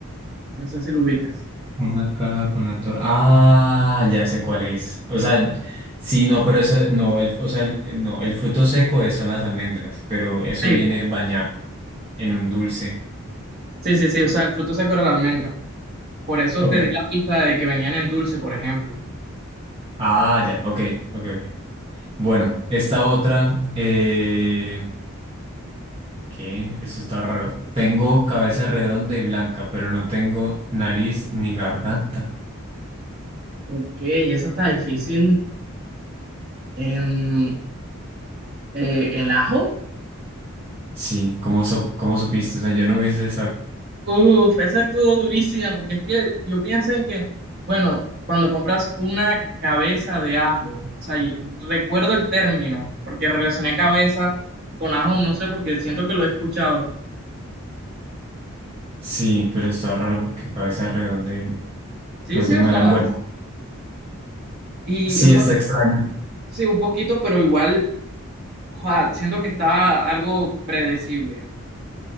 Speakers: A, on the right (about 45°); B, on the right (about 25°).
A: No sé si lo ubicas.
B: Una caja con la torre. Ah, ya sé cuál es. O sea, sí, no, pero eso, no, el, o sea, el- no, el fruto seco es- son las almendras, pero eso
A: Sí,
B: viene bañado en un dulce.
A: sí, sí, sí, o sea, el fruto seco era la almendra. Por eso
B: Ok.
A: te di la pista de que venían en dulce, por ejemplo.
B: Ah, ya, ok, ok, ok. Bueno, esta otra, eh, ¿qué? Eso está raro. Tengo cabeza redonda y blanca, pero no tengo nariz ni garganta.
A: Ok, eso está difícil. Em, eh, ¿el ajo?
B: Sí, ¿cómo, so- cómo supiste? O sea, yo no hubiese sabido.
A: Uf, esa estuvo durísima porque es que yo pienso en que, bueno, cuando compras una cabeza de ajo, o sea, y- recuerdo el término, porque relacioné cabeza con ajo, no sé, porque siento que lo he escuchado.
B: Sí, pero está raro porque cabeza redonda y
A: Sí,
B: no
A: sí,
B: tengo
A: o sea,
B: nada. Bueno,
A: y,
B: sí,
A: o sea,
B: está extraño.
A: sí, un poquito, pero igual, joa, siento que está algo predecible.